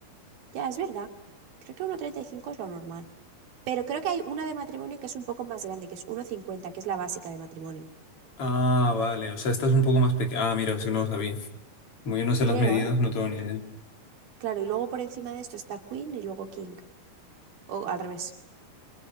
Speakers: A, on the right; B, on the left.
A: Ya, es verdad. Creo que uno treinta y cinco es lo normal. Pero creo que hay una de matrimonio que es un poco más grande, que es uno cincuenta que es la básica de matrimonio.
B: Ah, vale, o sea, esta es un poco más pequeña. Ah, mira, es que no lo sabía. Como yo no sé
A: Creo,
B: las medidas,
A: ¿eh?
B: no tengo ni idea.
A: Claro, y luego por encima de esto está queen y luego king. O al revés.